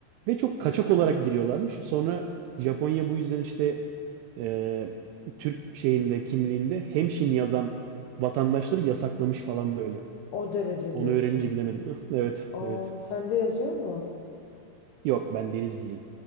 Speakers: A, on the right (about 80°); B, on the left (about 80°).
A: Ve çok kaçak olarak giriyorlarmış. Sonra Japonya bu yüzden işte e, Türk şeyinde kimliğinde hemşin yazan vatandaşları yasaklamış falan böyle.
B: O derece
A: Onu
B: diyorsun.
A: öğrenince gidemedim. <laughs> Evet,
B: Aa
A: evet.
B: sende yazıyor mu?
A: Yok ben Denizliyim.